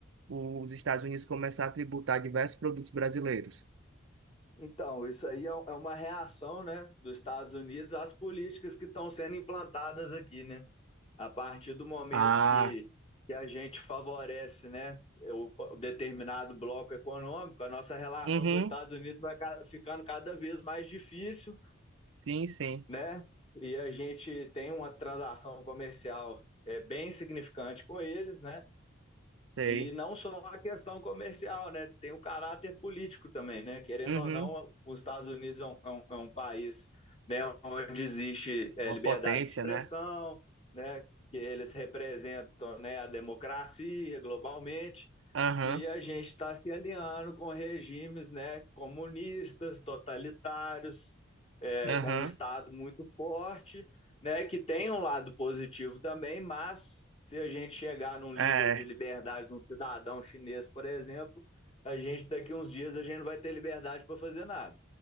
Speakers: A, on the right (about 70°); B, on the left (about 25°).
A: Os Estados Unidos começar a tributar diversos produtos brasileiros?
B: Então, isso aí é, um, é uma reação né, dos Estados Unidos às políticas que estão sendo implantadas aqui, né? A partir do momento
A: Ah,
B: que, que a gente favorece né, o, o determinado bloco econômico, a nossa relação
A: uhum.
B: com os Estados Unidos vai ca- ficando cada vez mais difícil,
A: Sim, sim,
B: né? E a gente tem uma transação comercial é, bem significante com eles, né?
A: sei.
B: E não só a questão comercial, né? Tem o caráter político também, né? Querendo
A: Uhum.
B: ou não, os Estados Unidos é um, é um- é um país, né, onde existe é,
A: Uma
B: liberdade
A: potência,
B: de expressão,
A: né?
B: né? Que eles representam, né, a democracia globalmente.
A: Aham,
B: E a gente está se alinhando com regimes, né, comunistas, totalitários, é,
A: aham.
B: com um Estado muito forte, né, que tem um lado positivo também, mas se a gente chegar num
A: É,
B: nível de liberdade de um cidadão chinês, por exemplo, a gente daqui uns dias a gente não vai ter liberdade para fazer nada.